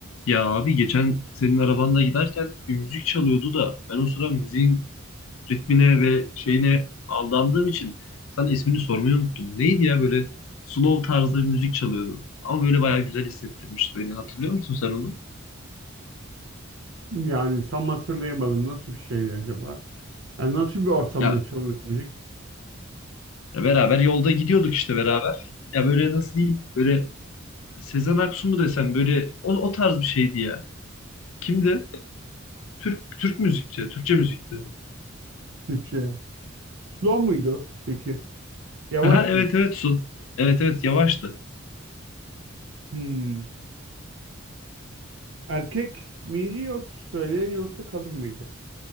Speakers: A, on the left; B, on the right.
A: Ya abi geçen senin arabanda giderken bir müzik çalıyordu da ben o sıra müziğin ritmine ve şeyine aldandığım için sana ismini sormayı unuttum. Neydi ya böyle slow tarzda bir müzik çalıyordu. Ama böyle bayağı güzel hissettirmişti beni. Hatırlıyor musun sen onu?
B: Yani tam hatırlayamadım nasıl bir şeydi acaba? Yani nasıl bir ortamda
A: Ya,
B: çalıyor müzik?
A: ya beraber yolda gidiyorduk işte beraber. Ya böyle nasıl diyeyim? Böyle Sezen Aksu mu desem böyle o, o tarz bir şeydi ya. Kimdi? Türk Türk müzikçi, Türkçe müzikti.
B: Türkçe. Slow muydu peki? Yavaş
A: Aha, evet
B: mıydı?
A: evet Sun. Evet evet yavaştı.
B: Hmm. Erkek miydi yoksa söyleyen yoksa kadın mıydı?